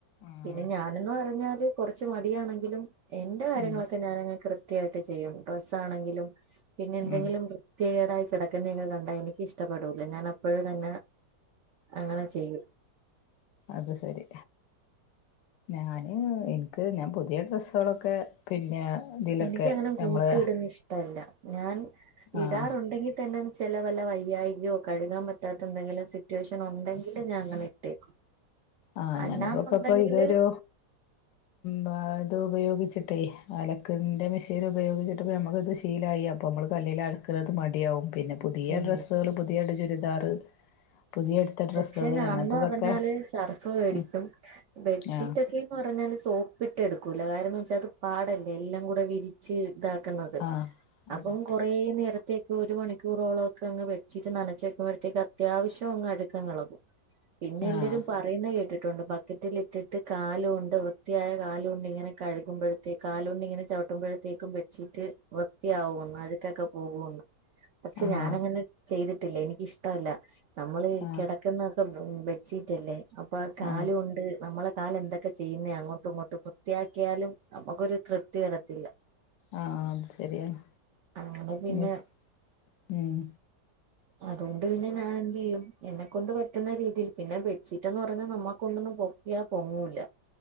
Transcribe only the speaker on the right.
പിന്നെ ഞാനന്ന് പറഞ്ഞാല് കൊറച്ച് മടിയാണെങ്കിലും എന്റെ കാര്യങ്ങളൊക്കെ
ഞാനനെ കൃത്യമായിട്ട് ചെയ്യും ഡ്രസ്സ് ആണെങ്കിലും പിന്നെ എന്തെങ്കിലും
വൃത്തികേടായി കിടക്കുന്നക്കെ കണ്ടാ എനിക്ക് ഇഷ്ടപ്പെടൂല ഞാൻ അപ്പോഴ തന്നെ അങ്ങനെ ചെയ്യും
എനക്ക് അങ്ങനെ കൂട്ടിയിടുന്ന
ഇഷ്ടമല്ല ഞാൻ
ഇടാറുണ്ടെങ്കിൽ തന്നെ ചെലവല്ല വയ്യായികയോ കഴുകാൻ പറ്റാത്ത എന്തെങ്കിലും സിറ്റുവേഷനോ ണ്ടെങ്കില് ഞാനങ്ങനെ ഇട്ടേക്കും
അല്ലാന്നുണ്ടെങ്കില്
ഉം
പക്ഷെ ഞാനന്ന്
പറഞ്ഞാല് സ ഫ് മേടിക്കും
ബെഡ്ഷീറ്റ്
ഒക്കെന്ന് പറഞ്ഞാല് സോപ്പിട്ട് എടുക്കും കുലകാരംന്ന് വെച്ചാൽത് പാടല്ലേ എല്ലാം കൂടെ വിരിച്ച് ഇത ക്കുന്നത്
അപ്പൊ
കൊറേ നേരം ത്തേക്ക് ഒരു മണിക്കൂറോളം ഒക്കെ അങ് ബെ്ഷീറ്റ് നനച്ച വക്കുമ്പോഴേക്ക് അത്യാവശ്യം അഴുക്കങ്ങ് ഇളകും പിന്നെ എല്ലരും
പറയുന്ന കേട്ടി ണ്ട് ബക്കറ്റിലിട്ടിട്ട് കാലുണ്ട് വൃത്തിയായ കാലൊണ്ട് ഇങ്ങനെ കഴുകുമ്പോഴത്തേ കാലുണ്ട് ഇങ്ങനെ ചവിട്ടി പട്ടുമ്പോഴത്തേക്കും ബെഡ്ഷീറ്റ് വൃത്തിയാവുന്ന് അഴുക്കൊക്കെ പോകുന്ന് പക്ഷെ
ഞാാനങ്ങനെ ചെയ്തി ട്ടില്ലഎനിക്കിഷ്ടല്ല നമ്മ
കിടക്കുന്നൊക്കെ ബെഡ്ഷീറ്റ് അല്ലേ അപ്പൊ കാലോണ്ട്
നമ്മള കാല് എന്തൊക്കെ ചെയ്യുന്നെയാ അങ്ങോട്ടും ഇങ്ങോട്ട് വൃത്തിയാക്കിയാലും നമുക്കൊരു തൃപ്തി വരത്തില്ല
അങ്ങനെ പിന്നെ
അതുകൊണ്ട് പിന്നെ ഞാൻ എന്ത് ചെയ്യും എന്നെ കൊണ്ട് പറ്റുന്ന രീതിയിൽ പിന്നെ ബെഡ്ഷീറ്റ്ന്ന് പറഞ്ഞാൽ നമ്മക്കൊണ്ടൊന്നും പൊക്കിയാ പൊങ്ങൂല